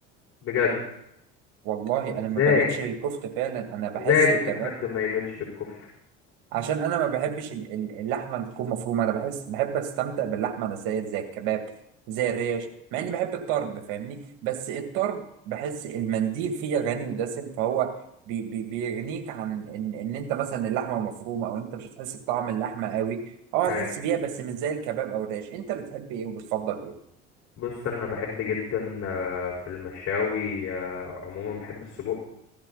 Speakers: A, on the left; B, on the right.
A: بجد
B: والله
A: ازاي
B: انا ما بملش للكفته فعلا انا بحس
A: ازاي ممكن
B: الكباب
A: حد ما يميلش للكفته
B: عشان انا ما بحبش ال- ال- اللحمه اللي تكون مفرومه انا بحس بحب استمتع باللحمه نسائيه زي الكباب زي الريش مع اني بحب الطرب فاهمني بس الطرب بحس المنديل فيه غني ودسم فهو بي بي بيغنيك عن ان ان انت مثلا اللحمه مفرومه او انت مش هتحس بطعم اللحمه قوي اه
A: هاي
B: هتحس بيها بس مش زي الكباب او الريش انت بتحب ايه وبتفضل ايه
A: بص انا بحب جدا آه، في المشاوي آه، عموما بحب السجق